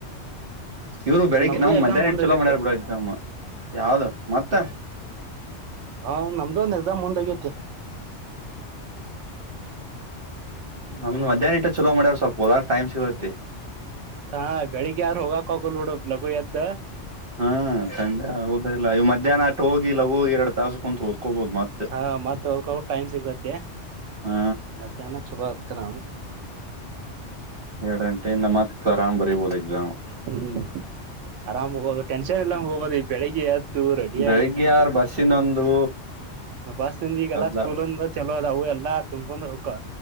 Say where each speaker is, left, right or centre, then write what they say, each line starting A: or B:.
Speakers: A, on the right; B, on the right.
A: ಇವ್ರು ಬೆಳಿಗ್ಗೆ
B: ನಮ್ದು
A: ನಮ್ಗ್
B: ಎಕ್ಸಾಮ್
A: ಮಧ್ಯಾಹ್ನ
B: ಮುಂದ
A: ಇಟ್ ಚಲೋ
B: ಹೋಗಿದ್ದು.
A: ಮಾಡ್ಯಾರ ಬಿಡ ಎಕ್ಸಾಮ್ ಯಾವ್ದ ಮತ್ತೆ.
B: ಹ ನಮ್ದು ಒಂದ್ ಎಕ್ಸಾಮ್ ಮುಂದೋಗೈತಿ
A: ನಮ್ದ್ ಮಧ್ಯಾಹ್ನ ಇಟ್ಟ ಚಲೋ ಮಾಡ್ಯವ ಸ್ವಲ್ಪ ಹೋದಾಗ ಟೈಮ್ ಸಿಗ್ತೈತಿ.
B: ಹಾ ಬೆಳಿಗ್ಗೆ ಯಾರು ಹೋಗಾಕೂ ಆಗುಲ್ಲ ಬಿಡ ಲಘು ಎದ್ದ.
A: ಹಾ ತಂಡ್ಯಗಾಗುದು ಇಲ್ಲ ಇವ ಮಧ್ಯಾಹ್ನ ಅಟ್ಟ ಹೋಗಿ ಇಲ್ಲ ಹೋಗಿ ಎರಡ್ ತಾಸ ಕುಂತ ಓದ ಹಕೋಬೋದು ಮತ್ತೆ
B: ಹಾ ಮತ್ ಹೋಗಕ ಟೈಮ್ ಸಿಗ್ತತಿ
A: ಹ
B: ಮಧ್ಯಾಹ್ನ ಚಲೋ ಅತ್ಕರ
A: ಎರಡ್ ಗಂಟೆಯಿಂದ ಮತ್ತ ಆರಾಮ್ ಬರಿಬೋಧ ಎಕ್ಸಾಮ್.
B: ಹ್ಮ್ <unintelligible> ಟೆನ್ಷನ್ ಇಲ್ಲಾಂಗ ಹೋಗದ ಇದ ಬೆಳಿಗ್ಗೆ ಎದ್ದು ರೆಡಿ
A: ಬೆಳಿಗ್ಗೆ
B: ಆಗಿ.
A: ಯಾರ ಬಸ್ಸಿನೊಂದು
B: ಬಸ್ಂದ ಈಗಲ್ಲ
A: ಗದ್ಲ
B: ಸ್ಕೂಲ್ ಅಂದ ಚಲೋ ಅದ ಅವು ಎಲ್ಲ. ಎಲ್ಲ ತುಂಬಕೊಂಡ್ ಹೊಕ್ಕವ.